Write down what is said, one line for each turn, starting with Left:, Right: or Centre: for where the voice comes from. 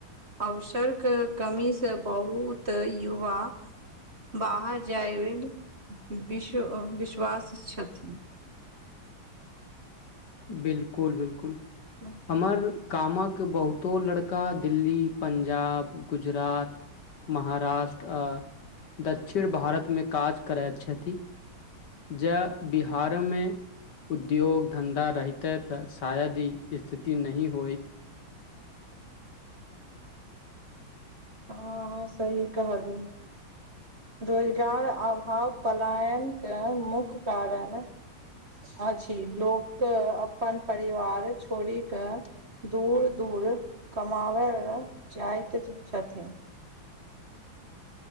Right: अवसरक कमीसँ बहुत युवा बाहर जायमे विश विश्वास छथिन
Left: बिल्कुल बिल्कुल
Right: हूँ
Left: हमर गामक बहुतो लड़का दिल्ली पं्जाब गुजरात महाराष्ट्र दक्षिण भारतमे काज करैत छथि जेय बिहारो में उद्योग धंधा रहिते तऽ शायद ई स्थिति नहि होइत
Right: हँ सही कहालिए रोजगार अभाव पलायनके मुख्य कारण अछि लोक अपन परिवार छोड़ि कऽ दूर दूर कमाबय लऽ जाइत छथिन